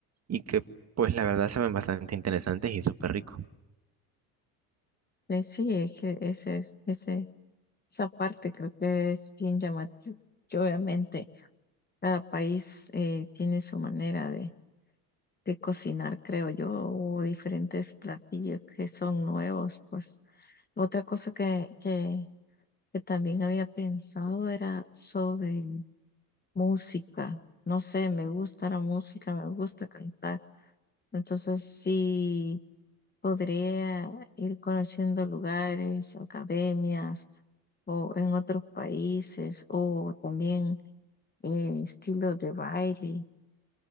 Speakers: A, on the right; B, on the left.
A: y que pues la verdad saben bastante interesantes y súper ricos.
B: Eh, Sí, es que ese, es- ese, esa parte creo que es bien llamativa. Que obviamente cada país eh, tiene su manera de, de cocinar, creo yo, o diferentes platillos que son nuevos, pues. Otra cosa que, que, que también había pensado era sobre música. No sé, me gusta la música, me gusta cantar. Entonces sí podría ir conociendo lugares, academias o en otros países o también eh, estilos de baile